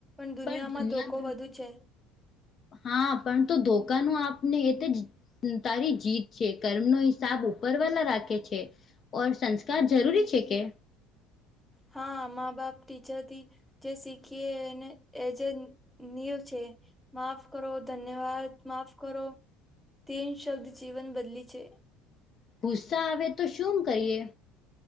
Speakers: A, in the centre; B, on the left.
A: દુનિયામાં
B: પણ દુનિયા
A: ધોકો વધુ છે.
B: હા પણ તો ધોકાનું આપને એ તે જ હમ્મ તારી જીત છે કર્મ નો હિસાબ ઉપરવાલા રાખે છે. ઓર સંસ્કાર જરૂરી છે કે
A: હા મા બાપ ટીચરથી જે શીખીએ એને એ જે નીવ છે. માફ કરો ધન્યવાદ માફ કરો તે શબ્દ જીવન બદલી છે.
B: પૂસા આવે તો શું કરીએ.